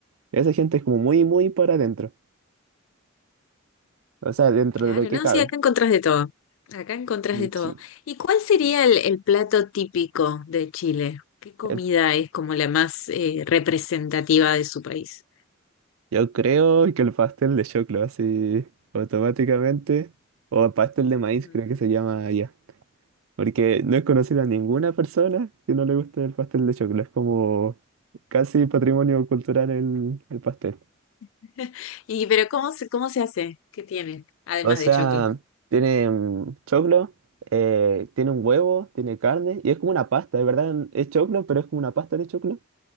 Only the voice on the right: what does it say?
Esa gente es como muy, muy para adentro. O sea, dentro
de lo que
cabe.
Mm,
Sí.
Eh,
Yo creo que el pastel de choclo, así automáticamente. O pastel de maíz,
creo que se llama allá. Porque no he conocido a ninguna persona que no le guste el pastel de choclo. Es como casi patrimonio cultural el, el pastel.
O sea,
tiene mm, choclo, eh, tiene un huevo, tiene carne. Y es como una pasta, de verdad es choclo, pero es como una pasta de choclo.